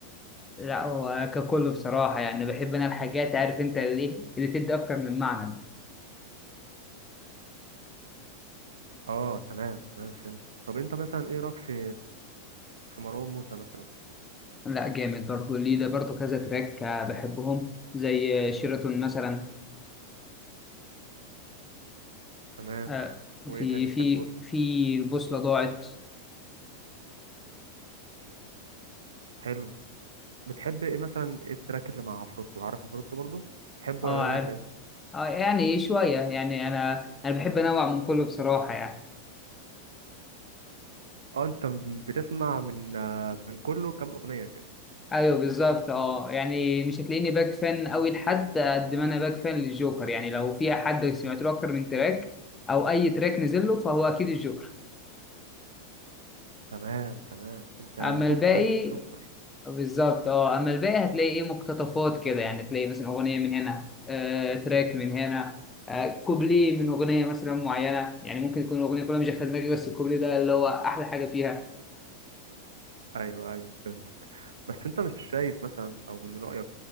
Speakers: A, on the left; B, on the right.
A: <laughs> لا هو ككل بصراحه يعني بحب انا الحاجات عارف انت اللي إيه، اللي تدي اكتر من معنى
B: اه تمام تمام فهمت طب انت مثلا ايه رايك في في مروان موسى مثلا
A: لا جامد برضه ليه ده برضه كذا تراك آه، بحبهم زي آه، شيراتون مثلا
B: تمام
A: آه،
B: وايه
A: في
B: تاني
A: في
B: بتحبه له
A: في بوصلة ضاعت
B: حلو بتحب ايه مثلا ايه التراك اللي مع عفروتو عارف عفروتو برضو بتحبه
A: اه
B: ولا إيه
A: عارف
B: ولا ايه
A: اه يعني شوية يعني انا انا بحب انوع من كله بصراحة يعني
B: اه انت م- بتسمع من آه، من كله كام اغنيه كده
A: ايوه بالظبط اه يعني مش هتلاقيني باك فان قوي لحد قد ما انا باك فان للجوكر يعني لو في حد سمعت له اكتر من تراك او اي تراك نزل له فهو اكيد الجوكر
B: تمام تمام انت
A: اما الباقي
B: توب فان للجوكر
A: بالظبط اه اما الباقي هتلاقي ايه مقتطفات كده يعني تلاقي مثلا اغنيه من هنا آه، تراك من هنا آه، كوبليه من اغنيه مثلا معينه يعني ممكن يكون الاغنيه كلها مش داخله دماغي بس الكوبليه ده اللي هو احلى حاجه فيها
B: ايوه ايوه فهمتك بس انت مش شايف مثلا او من رأيك